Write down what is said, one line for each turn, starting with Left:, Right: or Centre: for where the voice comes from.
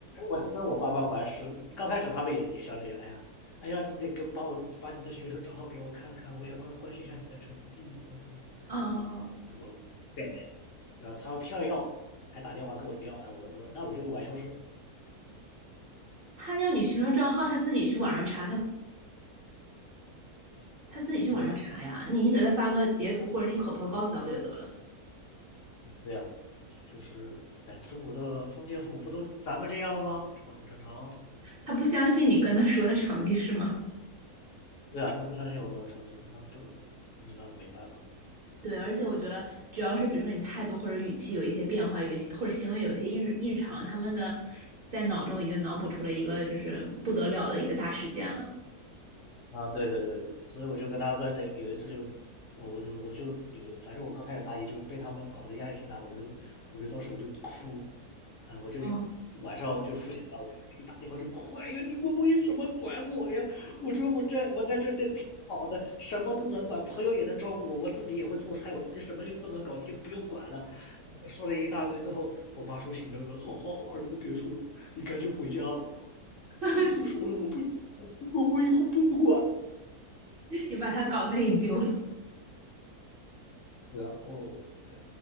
Left: 我是跟我爸爸玩是，刚开始他们也也像这样，哎呀，哎呀，你得给把我把你的学生账号给我看看，我想关关心一下你的成绩怎么怎么样。
Right: 哦哦，
Left: 我对，然后他票偏要，还打电话跟我要，哎，我我那我就是玩消失。
Right: 他要你学生账号，他自己去网上查，他他自己去网上查呀。
Left: 对啊，
Right: 你给他发个截图，或者你口头告诉他不就得了吗？
Left: 对啊，就是哎，中国的封建父母不都咱们这样吗？这不很正常？
Right: 他不相信你跟他说的成绩是吗？
Left: 对啊，他不相信我跟我说这样，那不是，那没办法，
Right: <laughs> 对，而且我觉得，只要是比如说你态度或者语气有一些变化，有一些或者行为有一些异异常，他们的在脑中已经脑补出了一个就是不得了的一个大事件了。
Left: 啊，对对对对对，所以我就跟他们那有一次就，呃我就我就有，反正我刚开始大一就是被他们搞得压力挺大的，我就我就当时我就哭，啊、我就
Right: 哦，
Left: 晚上就复习了，我就一打电话就哭，哎呀，你们为什么管我呀？我说我在我在这这挺好的，什么都能管，朋友也能照顾我，我自己也会做菜，我自己什么又都能搞，你就不用管了。就说了一大堆之后，我妈说心疼了，好好好，儿子别说了，你赶紧回家吧。
Right: <laughs>
Left: 我不说了，我不，我我以后不管。
Right: 你把他搞内疚了。
Left: 他们聊这对啊，我对，